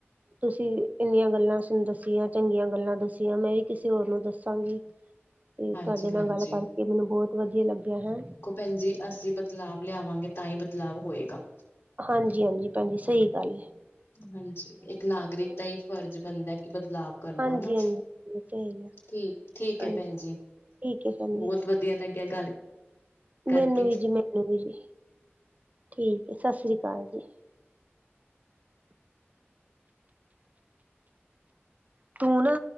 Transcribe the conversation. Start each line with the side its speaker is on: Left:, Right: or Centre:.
Right: ਤੁਸੀਂ ਇੰਨੀਆਂ ਗੱਲਾਂ ਸੋਨੂੰ ਦੱਸੀਆਂ, ਚੰਗੀਆਂ ਗੱਲਾਂ ਦੱਸੀਆਂ ਮੈਂ ਵੀ ਕਿਸੇ ਹੋਰ ਨੂੰ ਦੱਸਾਂਗੀ।
Left: <inaudible>
Right: ਤੇ
Left: ਹਾਂਜੀ-ਹਾਂਜੀ,
Right: ਤੁਹਾਡੇ ਨਾਲ ਗੱਲ ਕਰਕੇ ਮੈਨੂੰ ਬਹੁਤ ਵਧੀਆ ਲੱਗਿਆ ਹੈ।
Left: ਭੈਣਜੀ ਅਸੀਂ ਬਦਲਾਵ ਲਿਆਵਾਂਗੇ ਤਾਂ ਈ ਬਦਲਾਵ ਹੋਏਗਾ।
Right: ਹਾਂਜੀ- ਹਾਂਜੀ ਭੈਣਜੀ ਸਈ ਗੱਲ ਐ।
Left: ਹਾਂਜੀ, ਇੱਕ ਨਾਗਰਿਕ ਦਾ ਈ ਫਰਜ਼ ਬਣਦਾ ਕਿ ਬਦਲਾਵ ਕਰਨਾ
Right: ਹਾਂਜੀ
Left: ਹਨਾ।
Right: ਹਾਂਜੀ ਇਹ ਤੇ ਹੈ ਹੀ ਆ
Left: ਠੀਕ- ਠੀਕ
Right: ਹਾਂਜੀ
Left: ਐ ਭੈਣਜੀ,
Right: ਠੀਕ ਹੈ ਭੈਣ
Left: ਬਹੁਤ
Right: ਜੀ।
Left: ਵਧੀਆ ਲੱਗਿਆ ਗੱਲ ਕਰਕੇ।
Right: ਮੈਨੂੰ ਵੀ ਜੀ- ਮੈਨੂੰ ਵੀ ਜੀ ਠੀਕ ਐ ਸਾਸਰੀ ਕਾਲ ਜੀ। ਤੂੰ ਨਾ